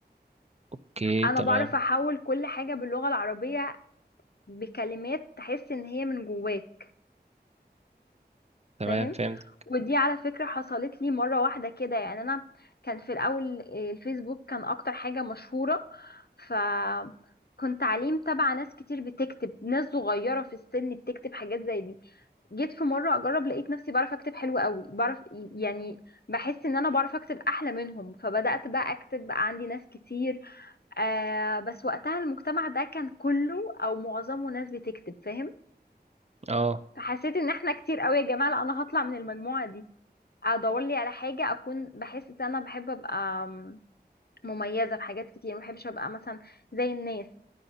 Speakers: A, on the right (about 40°); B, on the left (about 65°).
A: أوكي
B: انا
A: تمام
B: بعرف احول كل حاجة باللغة العربية بكلمات تحس ان هي من جواك
A: تمام
B: فاهم
A: فهمت
B: ودي على فكرة حصلت لي مرة واحدة كده يعني انا كان في الاول الفيسبوك كان اكتر حاجة مشهورة ف كنت عليه متابعة ناس كتير بتكتب ناس صغيرة في السن بتكتب حاجات زي دي جيت في مرة اجرب لقيت نفسي بعرف اكتب حلو قوي بعرف يعني بحس ان انا بعرف اكتب احلى منهم فبدأت بقى اكتب بقى عندي ناس كتير آه بس وقتها المجتمع ده كان كله او معظمه ناس بتكتب فاهم
A: أه
B: فحسيت ان احنا كتير قوي يا جماعة لا انا هطلع من المجموعة دي ادور لي على حاجه اكون بحس ان انا بحب ابقى مميزه في حاجات كتير ما بحبش ابقى مثلا زي الناس